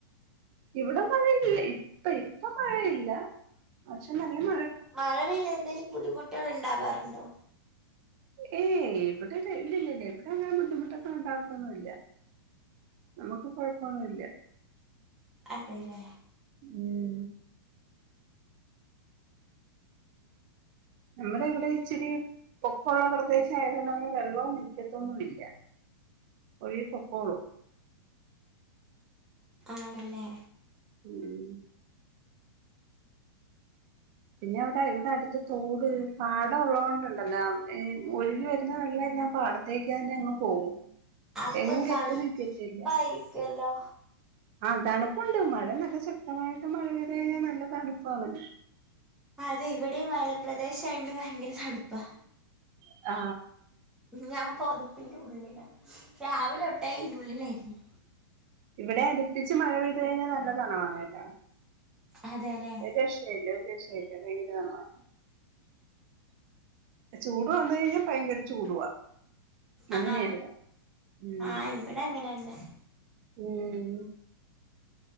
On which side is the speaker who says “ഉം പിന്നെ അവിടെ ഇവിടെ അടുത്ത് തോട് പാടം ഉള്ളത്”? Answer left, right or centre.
Right